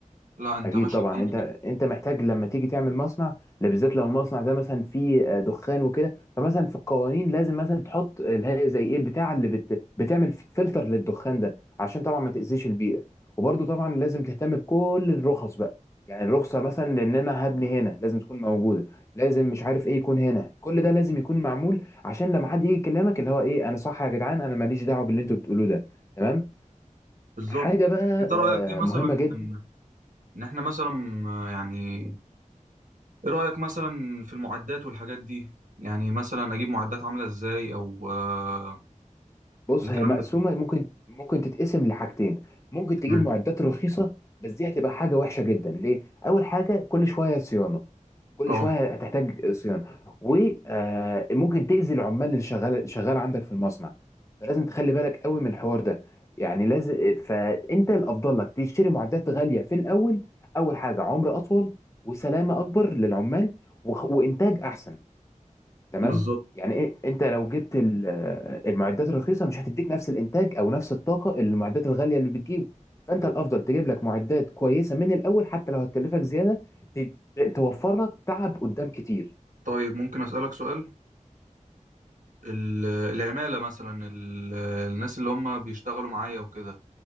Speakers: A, on the right (about 90°); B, on the left (about 20°).
A: لا أنت
B: اكيد
A: ماشي
B: طبعا
A: قانون
B: انت انت محتاج لما تيجي تعمل مصنع لا بالذات لو المصنع ده مثلا فيه آه، دخان وكده فمثلا في القوانين لازم مثلا تحط اللي هي زي ايه البتاعه اللي بت... بتعمل فلتر للدخان ده عشان طبعا ما تاذيش البيئه وبرده طبعا لازم تهتم بكل الرخص بقى يعني الرخصه مثلا لان انا هبني هنا لازم تكون موجوده لازم مش عارف ايه يكون هنا كل ده لازم يكون معمول عشان لما حد يجي يكلمك اللي هو ايه انا صح يا جدعان انا ماليش دعوه باللي انتوا بتقولوه ده تمام
A: بالظبط
B: حاجه بقى
A: انت رايك
B: آه،
A: ايه مثلا
B: مهمه جدا
A: في ان ان احنا مثلا آه، يعني ايه رايك مثلا في المعدات والحاجات دي يعني مثلا اجيب معدات عامله ازاي او آه،
B: بص
A: الكلام
B: هي مقسومه
A: ده كله
B: ممكن ممكن تتقسم لحاجتين ممكن
A: تمام
B: تجيب معدات رخيصه بس دي هتبقى حاجه وحشه جدا ليه اول حاجه كل شويه صيانه كل
A: اه
B: شويه هتحتاج صيانه وممكن تاذي العمال اللي شغال شغال عندك في المصنع فلازم تخلي بالك قوي من الحوار ده يعني لازم فانت الافضل لك تشتري معدات غاليه في الاول اول حاجه عمر اطول وسلامه اكبر للعمال وخ- وانتاج احسن تمام
A: بالظبط
B: يعني ايه انت لو جبت ال- آه، المعدات الرخيصه مش هتديك نفس الانتاج او نفس الطاقه اللي المعدات الغاليه اللي بتجيبه فانت الافضل تجيب لك معدات كويسه من الاول حتى لو هتكلفك زياده ت- ت- توفر لك تعب قدام كتير
A: طيب ممكن اسالك سؤال ال- العماله مثلا ال- الناس اللي هم بيشتغلوا معايا وكده